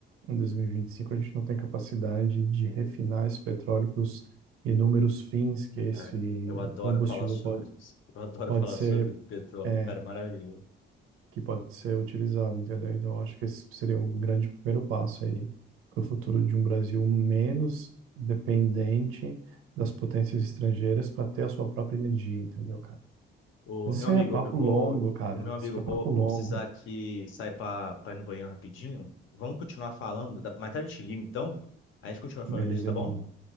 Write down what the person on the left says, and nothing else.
Cara, eu adoro
falar sobre
isso. Eu adoro
falar
sobre petróleo,
cara, é maravilha.
Uhum.
O
meu
amigo,
eu vou,
o meu amigo,
eu
vou, eu
vou precisar que sair para ir no banheiro rapidinho. Vamos continuar falando, dá- mais tarde eu te ligo, então. A gente continua falando
disso, tá
bom?